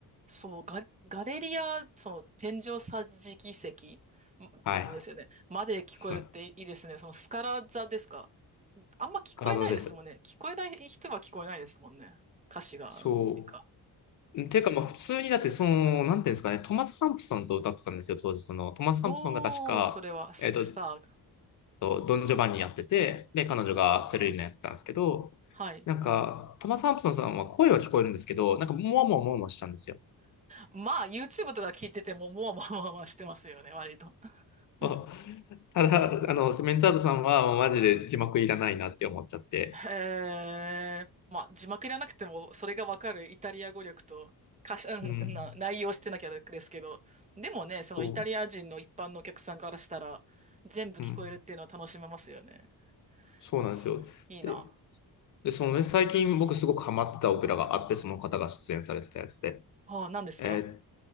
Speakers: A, on the right; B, on the left.
A: そう、ガ、ガレリア、その天井桟敷席んってことですよね。
B: はい。
A: まで聞こえるっていいですね。
B: そう、
A: そのスカラ座ですか。あんま聞こえないですもんね。
B: 体です。
A: 聞こえない人は聞こえないですもんね。歌詞が、
B: そ
A: っていうか。
B: う。てか、まあ、普通にだって、その、なんていうんですかね、トマス・ハンプソンと歌ってたんですよ、当時。その、トマス・ハンプソンが確か、
A: おー、それはス、
B: えっと、
A: スター。
B: とドン・ジョバンニやってて、で、彼女がセレリーナやってたんですけど、
A: おーはい。
B: なんか、トマス・ハンプソンさんは声は聞こえるんですけど、なんか、もわもわもわもわしたんですよ。
A: まあ、YouTube とか聞いてても、もわもわもわもわしてますよね、割と。<laughs>
B: <laughs> ただ、あの、メンツアートさんは、もうマジで字幕いらないなって思っちゃって。
A: へえ。まあ、字幕いらなくても、それがわかるイタリア語力と、歌詞、うんな内容してなきゃですけど、
B: うん。
A: でもね、そのイタリア人の一般のお客さんからしたら、
B: そ
A: 全部聞こえるっていうのは楽しめますよね。
B: う。うん。そうなんですよ。
A: すいいな。
B: でで、そのね、最近僕すごくハマってたオペラがあって、その方が出演されてたやつで、
A: ああ、何ですか
B: え